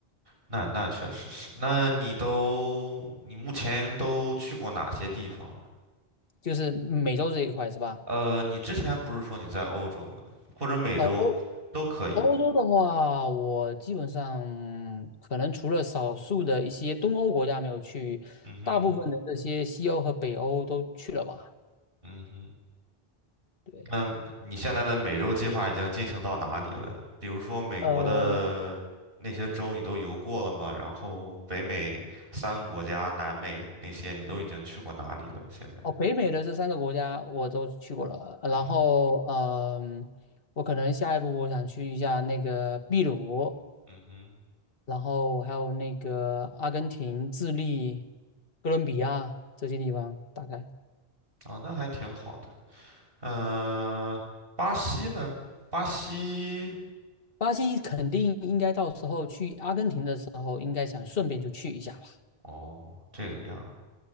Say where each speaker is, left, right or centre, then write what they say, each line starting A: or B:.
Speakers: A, on the right (about 60°); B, on the left (about 60°).
A: 那那确实是，那你都你目前都去过哪些地方了？
B: 就是美洲这一块是吧？
A: 呃，你之前不是说你在欧洲吗？或者美洲都可以，
B: 哦，欧欧洲的话，我基本上可能除了少数的一些东欧国家没有去，
A: 嗯哼，
B: 大部分的这些西欧和北欧都去了吧？
A: 嗯哼。
B: 对，
A: 那你现在的美洲计划已经进行到哪里了？比如说美国的那些州你都游过了吗？
B: 呃，
A: 然后北美三个国家，南美那些你都已经去过哪里了？现在？
B: 哦，北美的这三个国家我都去过了，然后嗯、
A: 嗯
B: 我可能下一步我想去一下那个秘鲁，
A: 嗯哼，
B: 然后还有那个阿根廷、智利、哥伦比亚这些地方，大概。
A: 哦，那还挺好的。嗯，巴西呢？巴西，
B: 巴西肯定应该到时候去阿根廷的时候，应该想顺便就去一下吧。
A: 哦，这个样儿